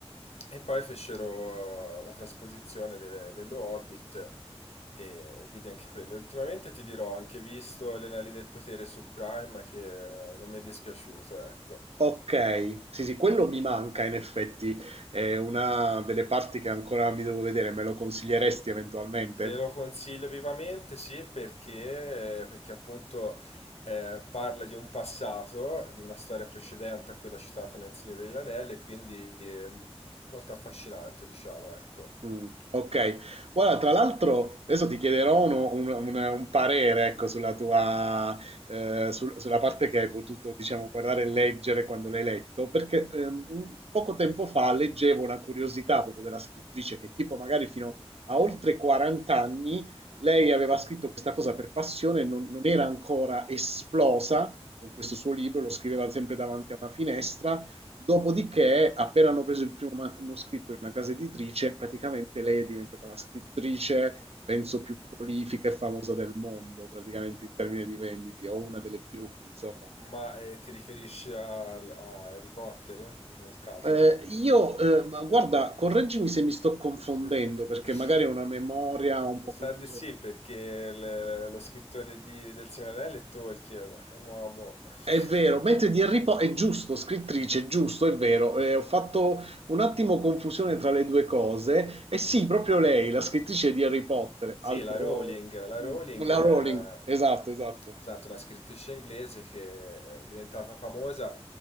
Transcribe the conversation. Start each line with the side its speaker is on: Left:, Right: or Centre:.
Left: e poi fecero la trasposizione de- dello Hobbit e vidi anche quello. Ultimamente ti dirò, ho anche visto Gli Anelli del Potere su Prime che eh, non mi è dispiaciuto, ecco.
Right: Ok, sì, sì, quello mi manca in effetti. È una delle parti che ancora mi devo vedere. Me lo consiglieresti eventualmente?
Left: Te lo consiglio vivamente, sì, perché, perché appunto eh, parla di un passato, di una storia precedente a quella citata nel Signore degli Anelli, e quindi eh, m- molto affascinante, diciamo, ecco.
Right: Mh, okay. Guarda, tra l'altro adesso ti chiederò uno un un un parere, ecco, sulla tua ehm, sul sulla parte che hai potuto, diciamo, guardare e leggere quando l'hai letto, perché, ehm, un poco tempo fa leggevo una curiosità proprio della scrittrice che tipo magari fino a oltre 40 anni lei aveva scritto questa cosa per passione, non non era ancora esplosa con questo suo libro, lo scriveva sempre davanti a una finestra Dopodiché, appena hanno preso il primo manoscritto in una casa editrice, praticamente lei è diventata la scrittrice, penso, più prolifica e famosa del mondo, praticamente in termini di vendite, o una delle più, insomma.
Left: Ma eh, ti riferisci a, a Harry Potter, nel caso?
Right: Eh, io, eh, ma guarda, correggimi se mi sto confondendo,
Left: <laughs>
Right: perché magari ho una memoria un
Left: Mi
Right: po'
Left: sa
Right: confusa
Left: di sì,
Right: e
Left: perché le- lo scrittore di- del Signore degli Anelli è Tolkien, è un uomo. <laughs>
Right: È vero, mentre di Harry Potter è giusto, scrittrice, è giusto, è vero. eh, ho fatto un attimo confusione tra le due cose. E sì, proprio lei, la scrittrice di Harry Potter,
Left: Sì,
Right: altro...
Left: la Rowling, la Rowling
Right: mm, La
Left: è
Right: Rowling, esatto, esatto.
Left: esatto, una scrittrice inglese che è diventata famosa,